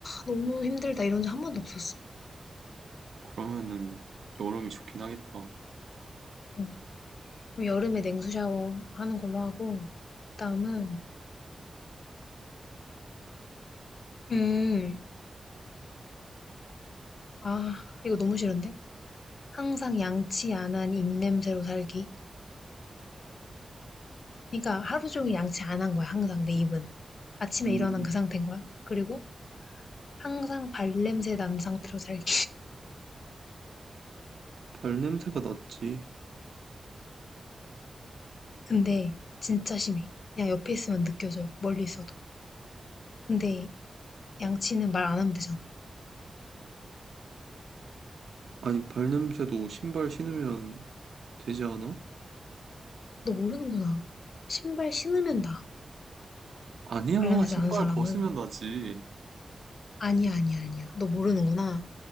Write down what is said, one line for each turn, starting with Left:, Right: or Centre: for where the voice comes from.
Left: 너무 힘들다, 이런 적 한 번도 없었어.
Right: 그러면은 여름이 좋긴 하겠다.
Left: 음. 그럼 여름에 냉수 샤워 하는 걸로 하고, 그다음은, 음, 아, 이거 너무 싫은데? 항상 양치 안 한 입냄새로 살기. 그러니까 하루 종일 양치 안 한 거야, 항상 내 입은. 아침에
Right: 음,
Left: 일어난 그 상태인 거야. 그리고 항상 발냄새 난 상태로 살기.
Right: 발 냄새가 났지.
Left: 근데 진짜 심해. 그냥 옆에 있으면 느껴져요, 멀리 있어도. 근데 양치는 말 안 하면 되잖아.
Right: 아니, 발 냄새도 신발 신으면 되지 않아?
Left: 너 모르는구나. 신발 신으면 나.
Right: 아니야,
Left: 발냄새
Right: 신발
Left: 나는 사람은.
Right: 벗으면 나지.
Left: 아니야, 아니야, 아니야. 너 모르는구나.